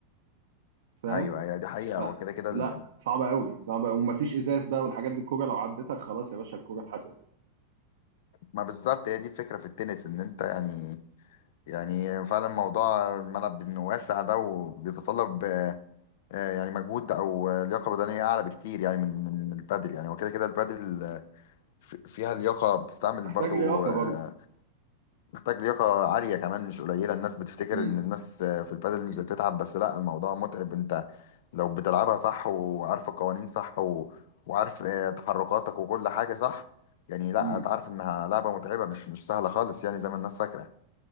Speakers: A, on the right (about 60°); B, on the left (about 55°).
A: فاهم
B: ايوه ايوه دي حقيقه
A: ف...
B: هو كده كده
A: لا
B: ال-
A: صعبة قوي صعبة قوي ومفيش ازاز بقى والحاجات دي الكوره لو عدتك خلاص يا باشا الكوره اتحسبت
B: ما بالظبط هي دي الفكره في التنس ان انت يعني يعني فعلا موضوع الملعب انه واسع ده وبيتطلب آه، آه، يعني مجهود او آه، لياقه بدنيه اعلى بكتير يعني من من البادل يعني وكده كده البادل آه، في- فيها لياقه بتستعمل
A: محتاج
B: برضو
A: لياقه
B: آه،
A: برضه
B: محتاج لياقه عاليه كمان مش قليله الناس بتفتكر
A: امم
B: ان الناس آه، في البادل مش بتتعب بس لا الموضوع متعب انت لو بتلعبها صح وعارف القوانين صح و... وعارف آه، تحركاتك وكل حاجه صح يعني لا
A: امم
B: هتعرف انها لعبه متعبه مش مش سهله خالص يعني زي ما الناس فاكره